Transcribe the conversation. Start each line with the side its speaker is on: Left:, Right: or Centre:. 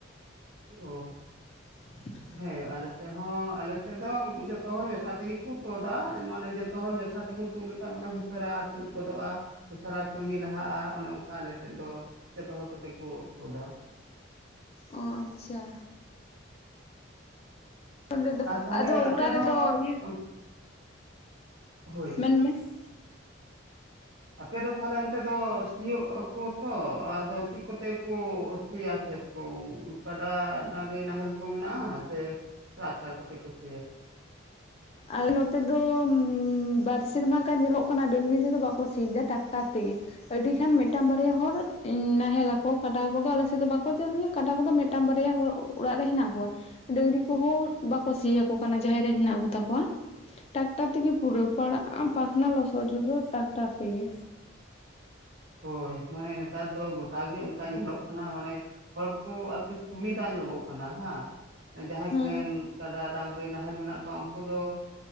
Right: ᱚ
Left: <inaudible>
Right: ᱦᱮᱸ ᱟᱞᱮᱥᱮᱫ ᱦᱚᱸ ᱟᱞᱮᱥᱮᱫ ᱫᱚ ᱡᱚᱛᱚ ᱦᱚᱲ ᱢᱮᱥᱟ ᱛᱮᱜᱮ ᱠᱚ ᱛᱚᱫ ᱫᱟ ᱢᱟᱱᱮ ᱡᱚᱛᱚ ᱦᱚᱲ ᱢᱮᱥᱟ ᱛᱮ ᱛᱮᱵᱚᱱ ᱛᱩᱫ ᱞᱮᱠᱷᱟᱡ ᱢᱟᱱᱮ ᱩᱥᱟᱹᱨᱟ ᱛᱩᱫ ᱜᱚᱫᱚᱜᱼᱟ ᱩᱥᱟᱹᱨᱟ ᱠᱟᱹᱢᱤ ᱞᱟᱦᱟᱜᱼᱟ ᱚᱱᱮ ᱚᱱᱠᱟ ᱟᱞᱮ ᱥᱮᱫ ᱫᱚ᱾ ᱡᱚᱛᱚ ᱦᱚᱲᱛᱮ ᱠᱚ ᱛᱳᱫᱼᱟ᱾
Left: ᱚ ᱟᱪᱪᱷᱟ᱾ ᱚᱸᱰᱮ ᱫᱚ
Right: ᱟᱨ ᱛᱟᱦᱚᱞᱮ
Left: ᱟᱫᱚ
Right: ᱟᱯᱮ
Left: ᱚᱲᱟᱜ
Right: ᱫᱚ
Left: ᱨᱮᱫᱚ ᱤᱭᱟᱹ
Right: <unintelligible> ᱦᱳᱭ
Left: ᱩᱱ ᱢᱮ <unintelligible>
Right: ᱟᱯᱮ ᱫᱚ ᱛᱟᱦᱚᱞᱮ ᱚᱱᱛᱮ ᱫᱚ ᱥᱤᱭᱳᱜ ᱟᱠᱚ ᱛᱚ ᱟᱫᱚ ᱪᱮᱫ ᱠᱚᱛᱮ ᱠᱚ ᱥᱤᱭᱟ ᱠᱷᱮᱛ ᱠᱚ ᱠᱟᱰᱟ ᱰᱟᱝᱨᱤ ᱱᱟᱦᱮᱞ ᱠᱚ ᱢᱮᱱᱟᱜᱼᱟ ᱥᱮ ᱴᱨᱟᱠᱴᱟᱨ ᱠᱚᱛᱮ ᱠᱚ ᱥᱤᱭᱟ?
Left: ᱟᱞᱮ ᱱᱚᱛᱮ ᱫᱚ ᱵᱟᱨ ᱥᱮᱨᱢᱟ ᱜᱟᱱ ᱧᱮᱞᱚᱜ ᱠᱟᱱᱟ ᱰᱟᱝᱨᱤ ᱛᱮᱫᱚ ᱵᱟᱠᱚ ᱥᱤ ᱮᱫᱟ ᱴᱟᱠᱴᱟᱨ ᱛᱮᱜᱮ, ᱟᱹᱰᱤ ᱠᱷᱟᱱ ᱢᱤᱫᱴᱟᱝ ᱵᱟᱨᱭᱟ ᱦᱚᱲ ᱱᱟᱦᱮᱞ ᱟᱠᱚ ᱠᱟᱰᱟ ᱠᱚᱫᱚ ᱟᱞᱮᱥᱮᱫ ᱫᱚ ᱵᱟᱠᱚ ᱪᱟᱥ ᱜᱮᱭᱟ ᱠᱟᱰᱟ ᱠᱚᱫᱚ ᱢᱤᱫᱴᱟᱝ ᱵᱟᱨᱭᱟ ᱦᱚᱲ ᱚᱲᱟᱜ ᱨᱮ ᱦᱮᱱᱟᱜ ᱠᱚᱣᱟ ᱰᱟᱹᱝᱨᱤ ᱠᱚᱦᱚᱸ ᱵᱟᱠᱚ ᱥᱤ ᱟᱠᱚ ᱠᱟᱱᱟ ᱡᱟᱦᱟᱸᱭ ᱨᱮᱱ ᱦᱮᱱᱟᱜ ᱠᱚ ᱛᱟᱠᱚᱣᱟ ᱴᱮᱠᱴᱟᱨ ᱛᱮᱜᱮ ᱯᱩᱨᱟᱹ ᱯᱟᱲᱟᱜ ᱯᱟᱠᱷᱱᱟ ᱞᱚᱥᱚᱫ ᱡᱷᱚᱛᱚ ᱴᱮᱠᱴᱟᱨ ᱛᱮᱜᱮ᱾
Right: ᱦᱳᱭ ᱢᱟᱱᱮ ᱱᱮᱛᱟᱨ ᱫᱚ ᱜᱚᱴᱟ ᱜᱮ ᱚᱱᱠᱟ ᱧᱮᱞᱚᱜ ᱠᱟᱱᱟ ᱢᱟᱱᱮ ᱦᱚᱲ ᱠᱚ ᱟᱨᱠᱤ ᱥᱩᱵᱤᱫᱷᱟ ᱧᱚᱜᱚᱜ ᱠᱟᱱᱟ ᱦᱟᱸᱜ ᱡᱟᱦᱟᱸᱭ
Left: ᱦᱮᱸ
Right: ᱠᱚᱨᱮᱱ ᱠᱟᱰᱟ ᱰᱟᱝᱨᱤ ᱱᱟᱦᱮᱞ ᱢᱮᱱᱟᱜ ᱠᱚᱣᱟ ᱩᱱᱠᱩ ᱫᱚ